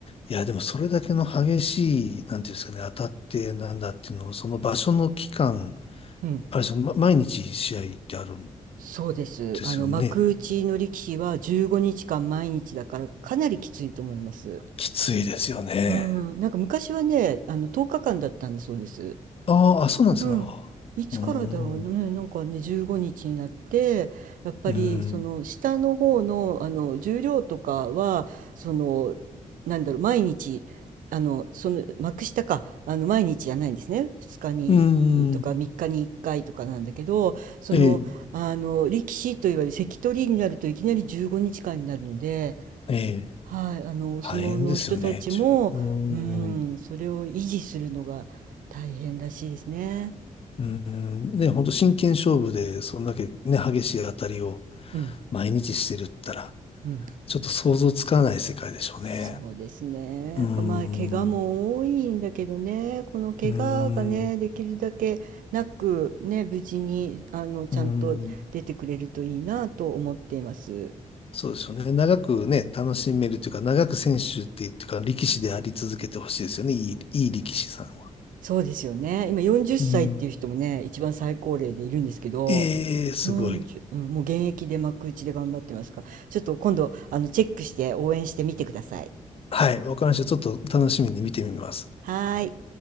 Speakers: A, on the left; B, on the right.
A: いや、でもそれだけの激しい、なんていうんですかね、当たってなんだっていうのを、その場所の期間、
B: うん。
A: あれですよ、ま、毎日試合ってあるん
B: そうです。
A: ですよね。
B: あの、幕内の力士は15日間毎日だからかなりきついと思います。
A: きついですよね。
B: うん。なんか昔はね、あの、10日間だったんだそうです。
A: あーあ、そうなんですね。
B: うん。
A: あーうー
B: いつからだろうね。
A: ん、
B: なんかね、15日にちになって、やっぱりその下の方の、
A: うーん、
B: あの重量とかは、その、なんだろう、毎日、あの、その、幕下か、あの、毎日じゃないんですね。2日にいとか3日に1回とかなんだけど、
A: うーん、
B: その、
A: ええ、
B: あの、力士といわれる関取になるといきなり15日間にちかんになるので、
A: ええ、
B: はい、あの、お相撲の人たちも、
A: 大変ですよね、中。うーん
B: うん、それを維持するのが大変らしいですね。
A: うん、ね、本当真剣勝負で、そんだけね、激しい当たりを
B: うん。
A: 毎日してるったら、
B: うん。
A: ちょっと想像つかない世界でしょうね。
B: そうですね。
A: うん、
B: かまあ、怪我も多いんだけどね、
A: う
B: この怪我がね、
A: ん、
B: できるだけなく、ね、無事に、あの、ちゃんと出てくれるといいなと思っています。
A: うん、そうでしょうね。長くね、楽しめるというか、長く選手っていうか、力士であり続けてほしいですよね。いい、いい力士さんは。
B: そうですよね。今40歳っさいっていう人もね、
A: うん、
B: 一番最高齢でいるんですけど、
A: ええすごい。
B: 40、うん、もう現役で幕内で頑張ってますから、ちょっと今度、あの、チェックして応援してみてください。
A: はい、わかりました。ちょっと楽しみに見てみます。
B: はーい。